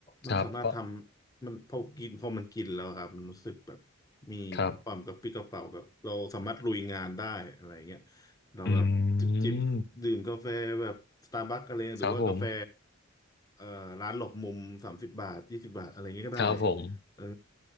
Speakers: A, on the left; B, on the left.
A: ครับเพราะ
B: มันสามารถทำมันพอกินพอมันกินแล้วครับมันรู้สึกแบบมีความกระปรี้กระเปร่าแบบเราสามารถลุยงานได้อะไรเงี้ย
A: ครับ
B: เราแบบจิบจิบดื่มกาแฟแบบสตาร์บัคอะไรหรือว่ากาแฟ
A: อืมครับผม
B: เอ่อร้านหลบมุมสามสิบบาทยี่สิบบาทอะไรเงี้ยก็ได้
A: ครับผม
B: เออ